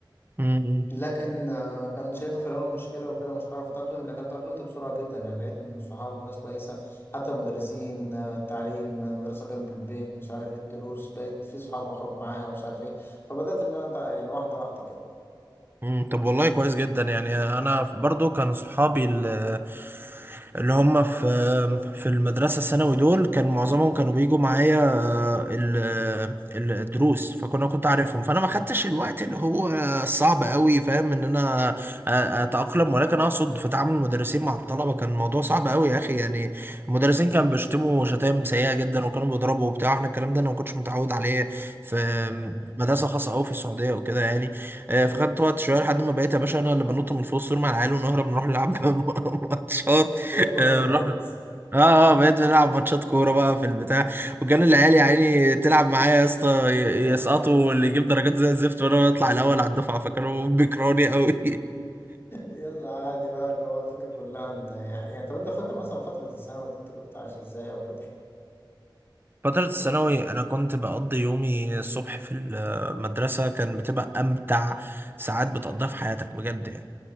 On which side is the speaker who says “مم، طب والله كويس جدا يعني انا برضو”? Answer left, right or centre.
Right